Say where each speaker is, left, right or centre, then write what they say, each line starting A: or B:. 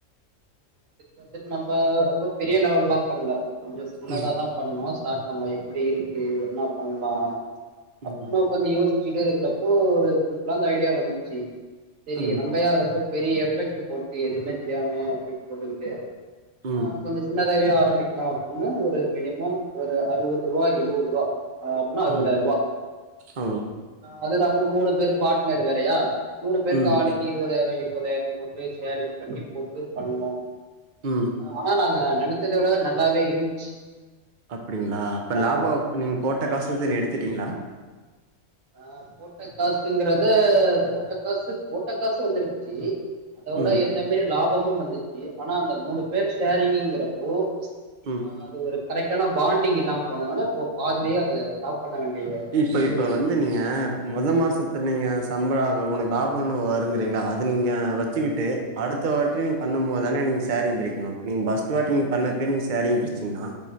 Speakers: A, on the right; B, on the right.
A: அதுக்கு வந்துட்டு நம்ம ரொம்ப பெரிய லெவல் எல்லாம் பண்ணல கொஞ்சம் சின்னதா
B: ம்
A: தான் பண்ணும் ஸ்டார்ட் நம்ம எப்படி இருக்கு என்ன பண்ணலாம்
B: ம்
A: அப்பனும் கொஞ்ச யோஸ் சு இருக்கிறப்போ ஒரு சிம்பிளா ஐடியா வந்துச்சு சேரி
B: ம்
A: நம்பயா ரொம்ப பெரிய எஃபெக்ட் போட்டு எதுவுமே தெரியாமையா எஃபெக்ட் போட்டுக்கிட்டு
B: ம்
A: ஆஹ் கொஞ்சம் சின்ன ஆரம்பிக்கலாம் அப்படின்னு ஒரு மினிமம் ஒரு அறுபது ரூபா எழுபது ரூபா அப்படனா அறுபதாயிரம்
B: ம்
A: ரூபா
B: ஓ
A: அது இல்லாம மூணு பேர் பார்ட்னர் வேறையா மூணு பேருக்கு
B: ம்
A: ஆளுக்குக்கு இருபதாயிரம் இருபதாயிரம் போட்டு ஷேரிங் பண்ணி போட்டு பண்ணோம்
B: ம்
A: ஆனா நாங்க நினைச்ச தோட நல்லாவே இருந்துச்சு
B: அப்படிங்களா
A: ஆ
B: இப்ப லாபம்
A: ஆமா
B: நீங்க போட்ட காசுதுன்ன எடுத்து த்துட்டீங்களா <unintelligible>
A: ஆஹ் போட்ட காசுங்கறத போட்ட காசு போட்ட காசு வந்துடுச்சு அதோட
B: ம்
A: ஏத்த மாரி லாப மும் வந்துச்சு ஆனா அந்த மூணு பேர் ஷேரிங்கங்கிறப்போ
B: ம்
A: ஆஹ் அது <inaudible> கரெக்டான பாண்டிங் இல்லாமல் போனதுனால இப்போ பாதிலே அதை சா பண்ண வேண்டியது
B: இப்ப
A: சுற்றி
B: இப்ப வந்து நீங்க மொதல் மாசத்து நீங்க ச உனக்கு லாபம் வருங்கறீங்களா அது நீங்க வச்சுக்கிட்டு அடுத்தவாட்டி நீ
A: ம்
B: பண்ணும்போதுன நீங்க ச சேரிங் பிரிக்கனும் இப்ப பஸ்ட்வாட் இப்போ நீங்கள் சரிங் பிடிச்சுங்கன்னா